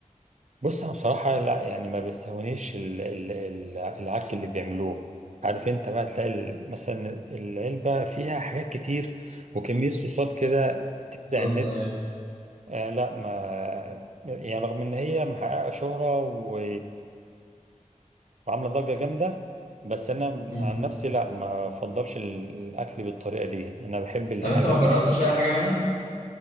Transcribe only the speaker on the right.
بص انا بصراحه لا يعني ما بيستهونيش ال- ال- ال- العك اللي بيعملوه عارف انت بقى تلاقي ال- مثلا العلبه فيها حاجات كتير وكميه صوصات كده تفزع
النفس
آه لا ما يعني رغم ان هي محققه شهره و- وعامله ضجه جامده بس انا
عن نفسي لا ما بفضلش الاكل بالطريقه دي انا بحب الحاجه